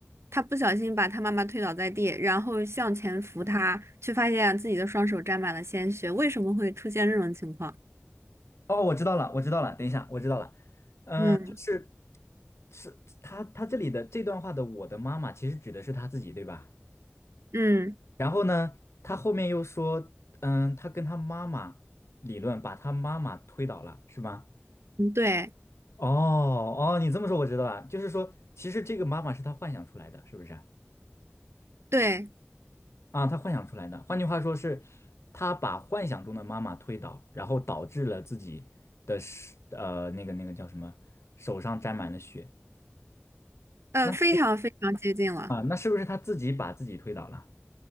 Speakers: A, on the right; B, on the left.
A: 他不小心把他妈妈推倒在地，然后向前扶他，却发现自己的双手沾满了鲜血，为什么会出现这种情况？
B: 哦，我知道了，我知道了，等一下，我知道了。
A: 嗯
B: 是。是他他这里的这段话的“我的妈妈”其实指的是他自己，对吧？
A: 嗯
B: 然后呢，他后面又说，嗯，他跟他妈妈理论，把他妈妈推倒了，是吗？
A: 嗯，对
B: 哦哦，你这么说我知道了，就是说，其实这个妈妈是他幻想出来的，是不是啊？
A: 对，
B: 啊，他幻想出来的，换句话说是，他把幻想中的妈妈推倒，然后导致了自己的是呃那个那个叫什么，手上沾满了血。
A: 呃，
B: 那
A: 非常非常接近了，
B: 啊，那是不是他自己把自己推倒了？